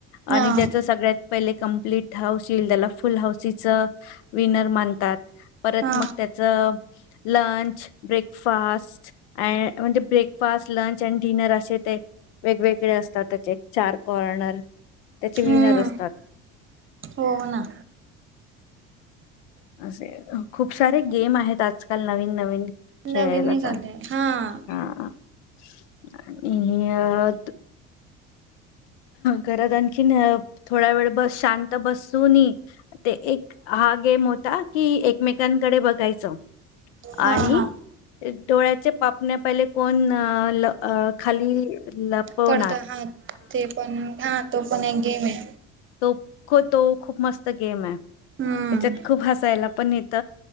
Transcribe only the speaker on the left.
आणि ज्याच सगळ्यात. पहिले कम्प्लीट हाऊस. त्याला फुल हऊसीच विनर मानतात परत
मग त्याच. लंच ब्रेकफास्ट आ म्हणजे ब्रेकफास्ट लंच आणि डिनर असे ते. वेगवेगळे असतात त्याचे चार कॉर्नर त्याचे विनर
असतात.
असंय खूप सारे गेम आहेत आजकाल नवीन नवीन खेळायलाचा
हा आणि अ घरात आणखीन थोडा वेळ बस शांत बसूनही ते एक हा गेम होता की एक मेकांकडे बघाय चं
आणि
डोळ्याचे पापण्या पहिले कोण ल खाली लपवणार
तो क तो खूप मस्त गेम हाए.
त्याच्यात खूप हसायला पण पण येत,